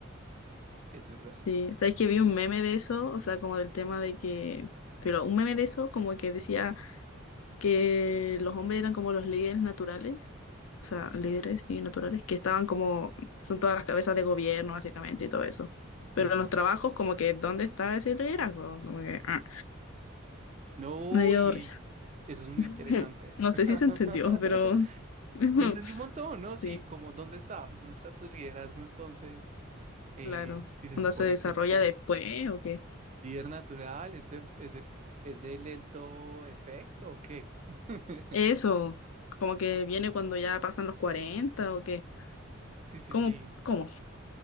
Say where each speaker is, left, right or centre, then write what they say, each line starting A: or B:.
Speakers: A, on the right; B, on the left.
A: Es verdad.
B: Sí. ¿Sabes que vi un meme de eso? O sea, como del tema de que. Pero un meme de eso, como que decía. que los hombres eran como los líderes naturales, o sea, líderes, sí, naturales, que estaban como, son todas las cabezas de gobierno, básicamente, y todo eso. Pero
A: Ujú.
B: en los trabajos, como que, ¿dónde está ese liderazgo? Como que, ah,
A: No,
B: me dio
A: y
B: risa.
A: eso es muy
B: <laughs>
A: interesante.
B: No
A: <laughs>
B: sé si se entendió, pero <laughs>
A: Te entendí un montón, ¿no?
B: sí,
A: Sí, como ¿dónde está? ¿Dónde está tu liderazgo entonces? Eh,
B: claro.
A: si se
B: ¿Onda
A: supone
B: se desarrolla
A: que, que eres
B: después o qué?
A: líder natural, ¿es de, es de, es de lento efecto o qué? <laughs>
B: Eso, como que viene cuando ya pasan los 40 o qué.
A: Sí, sí,
B: ¿Cómo?
A: sí.
B: ¿Cómo?